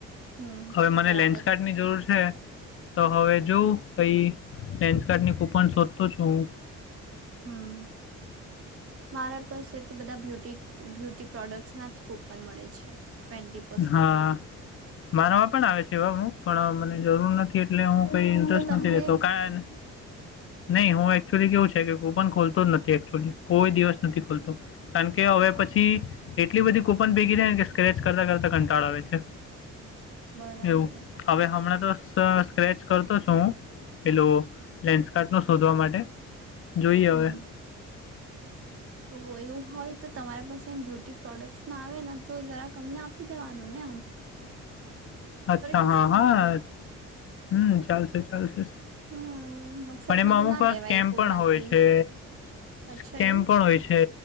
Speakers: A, on the right; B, on the left.
A: હમ
B: હવે મને
A: બરાબર
B: લેન્સકાર્ડની જરૂર છે. તો હવે જોવં કઈ ડેન્સકાર્ડની કૂપન શોધતો છું હું.
A: હમ. મારા પાસે તો બધાં બ્યુટી બ્યુટી પ્રોડક્ટસનાં જ કૂપન મળે છે. ટવેન્ટી પરસન્ટને
B: હા, મારામાં પણ આવે છે એવા હું પણ મને જરૂર નથી એટલે હું કઈ ઈન્ટરેસ્ટ
A: તો તમને
B: નથી લેતો કાન <inaudible> <inaudible> ન‌ઇ હું એકચુઅલી કેવું છેકે કૂપન ખોલતો નથી એકચુઅલી કોઈ દિવસ નથી ખોલતો. કારણ કે હવે
A: હા
B: પછી એટલી બધી કૂપન ભેગી થાયને કે સ્ક્રેચ કરતાં કરતાં કંટાળા આવે છે
A: બરાબર
B: એવું હવે હમણાં તો સ સ્ક્રેચ કરતો છું હું પેલો લેન્સકાર્ડનો ર્શોધવા માટે. જોઈએ
A: હમ
B: હવે.
A: તો એવું હોય તો તમારી પાસે એમ બ્યુટી પ્રોડક્ટનાં આવેને તો જરાક અમને આપી દેવાનુંને.
B: <inaudible> <inaudible> અચ્છા,
A: દેસું
B: હા
A: તમને
B: હા, હમ ચાલશે ચાલશે.
A: હમ મફતમાં
B: પણ એમાં
A: તો
B: અમુક
A: ના
B: વાર
A: લેવાય
B: સ્કેમ
A: કોઈનાથી
B: પણ હોય છે.
A: અચ્છા
B: સ્કેમ
A: એવું
B: પણ હોય છે.